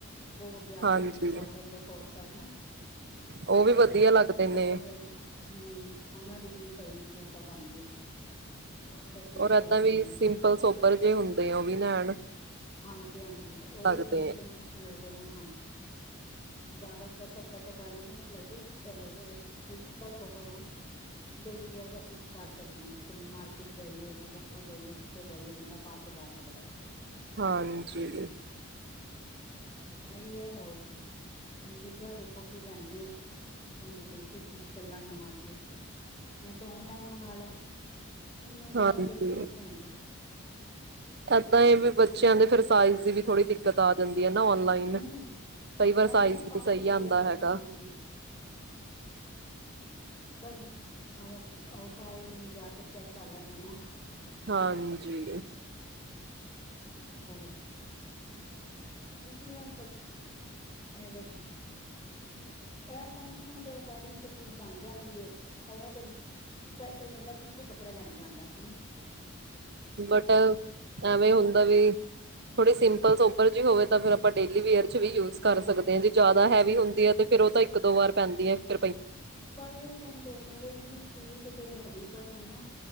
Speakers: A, on the left; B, on the right.
A: ਬਹੁਤ ਵਧੀਆ
B: ਹਾਂਜੀ
A: ਆ ਗਏ ਸਨ। ਕੋਟਨ ਦੇ ਕੋਟ ਸੈਟ ਨਾ।
B: ਓ
A: ਅੱਜ-ਕਲ
B: ਵੀ ਵਧੀਆ
A: ਕੋਟ ਸੈਟ
B: ਲੱਗਦੇ
A: ਵੀ ਬਹੁਤ
B: ਨੇ।
A: ਵਧਿਆ ਹੂੰ ਉਹਨਾਂ ਦੀ ਵੀ ਸਹੀ ਵੀ ਆਟਾ ਪਾਉਂਦੀ ਹੈ। ਚੈਕ ਵੀ ਅੱਛੇ
B: ਔਰ ਏਦਾਂ
A: ਲੱਗਦੇ
B: ਵੀ
A: ਨੇ
B: ਸਿੰਪਲ ਸੋਬਰ ਜੇ ਹੁੰਦੇ ਆ ਓ ਵੀ ਨੈਣ
A: ਹਾਂਜੀ-ਹਾਂਜੀ, ਉਹ ਵੀ
B: ਲੱਗਦੇ
A: ਪਲੇਨ ਪਲੇਨ
B: ਆ।
A: ਅੱਛੇ ਲੱਗਦੇ ਨੇ ਹਾਂਜੀ, ਜ਼ਿਆਦਾ ਚਟਕ, ਪਟਕ ਵਾਲੇ ਨੀ ਅੱਛੇ ਲੱਗਦੇ। ਅਛਾ ਲਗਦਾ ਹੈ। ਸਿੰਪਲ ਸੋਪਰ ਹੋਣ ਡੇਲੀ ਵੇਅਰ ਦਾ ਅਸੀਂ ਕਰ ਸਕਨੇ ਹਾਂ ਜੈ ਮਾਰ ਕਿਟੀ ਜਾਈਏ, ਗੁਰਦੁਆਰੇ ਜਾਈਏ, ਕਿੱਤੇ ਜਾਈਏ ਬੰਦਾ ਪਾ ਕੇ ਜਾ ਸਕਦਾ।
B: ਹਾਂਜੀ।
A: ਸਹੀ ਹੈ ਹੋਰ ਕੀ, ਹੁਣ ਬਿਟੀਆ ਦੇਖੋ ਮ, ਕੀ ਲੈਂਦੀ ਹੈ, ਕਹਿੰਦੀ ਪਈ ਸੀ ਕਿ ਚੱਲਾਂਗੇ ਮਾਰਕੀਟ, ਮੈਂ ਕਿਹਾ ਆਨਲਾਈਨ ਮੰਗਵਾ ਲੈ। ਫਿਰ, ਨਹੀਂ ਮੰਮਾ
B: ਹਾਂਜੀ।
A: ਦੇਖ ਕੇ ਲੈ ਕੇ ਆਏਗੇ।
B: ਏਦਾਂ ਏ, ਬੱਚਿਆਂ ਦੇ ਫਿਰ ਸਾਈਜ਼ ਦੀ ਵੀ ਥੋੜੀ ਦਿੱਕਤ ਆ ਜਾਂਦੀ। ਨਾ ਨਲਾਈਨ
A: ਹਮ
B: ਕਈ ਵਾਰ
A: ਐਵੇਂ
B: ਸਾਈਜ਼
A: ਨਾ ਪਾ
B: ਨ ਸਹੀ
A: ਕੇ ਦੇਖ
B: ਆਉਂਦਾ
A: ਲੈਂਦੇ ਨੇ
B: ਹੈਗਾ।
A: ਹਾਂਜੀ ਉਹ-ਉਹ ਟਰਾਏ ਰੂਮ ਵਿੱਚ ਜਾ ਕੇ ਚੈੱਕ ਕਰ ਲੈਂਦੇ ਨੇ ਨਾ।
B: ਹਾਂਜੀ।
A: ਕਰੇ <unintelligible> ਤਇਹ ਤ ਆਸ ਏ ਵੇਖ ਇਹ ਫੰਕਸ਼ਨਾ ਦੇ ਅਕੋਰਡਿੰਗ ਫਿਰ, ਚੀਜ਼ ਬਣ ਜਾਂਦੀ ਹੈ। ਉਵੇਂ ਤੇ ਸਪੈਸ਼ਲ ਬੰਦਾ ਕਿੱਥੇ ਕੱਪੜੇ ਲੈਣ ਜਾਂਦਾ ਹੈ ਹੈਨਾ।
B: ਬਟ ਐਵੇਂ ਹੁੰਦਾ ਵੀ ਥੋੜੀ ਸਿੰਪਲ ਸੋਬਰ ਜਿਹੀ ਹੋਵੇ ਤਾਂ ਫਿਰ, ਆਪਾਂ ਡੇਲੀ ਵੇਅਰ ਚ ਵੀ ਯੂਜ ਕਰ ਸਕਦੇ ਹਾਂ ਜੀ। ਜਿਆਦਾ ਹੈਵੀ ਹੁੰਦੀ ਹੈ ਤੇ ਫਿਰ ਉਹ ਤਾਂ ਇੱਕ-ਦੋ, ਵਾਰ ਪੈਂਦੀ ਹੈ ਫ
A: ਪਏ ਹੀ ਰਹਿੰਦੇ, ਮੇਰੇ ਇਨੇ ਸੂਟ ਜਿਹੜੇ ਹੈਵੀ ਪਏ ਨੇ ਨਾ।